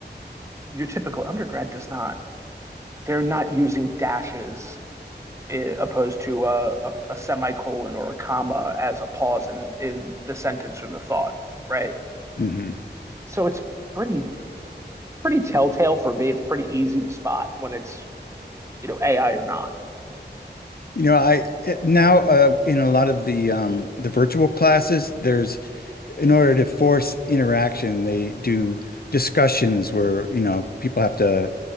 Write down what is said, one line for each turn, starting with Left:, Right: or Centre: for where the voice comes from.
Right: Your typical undergrad does not. They're not using dashes eh, opposed to a, a, a semicolon or a comma as a pause in in the sentence or the thought, right?
Left: Mhm.
Right: So it's pretty pretty telltale for me. It's pretty easy to spot when it's, you know, AI or not.
Left: You know, I it, now uh, in a lot of the um, the virtual classes, there's in order to force interaction, they do discussions where, you know, people have to